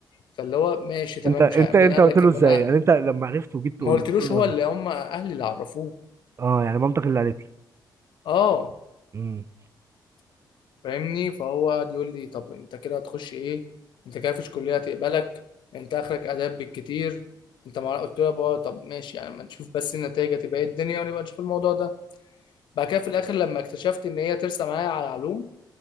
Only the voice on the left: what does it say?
فاللي هو ماشي تمام
مش ع... مين
قال
لك
ان
انا
ما
قلتلوش
هو
اللي هم اهلي اللي عرفوه
اه
فاهمني فهو قعد يقول لي طب انت كده هتخش ايه انت كده مفيش كليه هتقبلك انت اخرك اداب بالكتير انت ما قلت له يا بابا طب ماشي يعني ما نشوف بس النتائج هتبقى ايه الدنيا ونبقى نشوف الموضوع ده بعد كده في الاخر لما اكتشفت ان هي ترسى معايا على علوم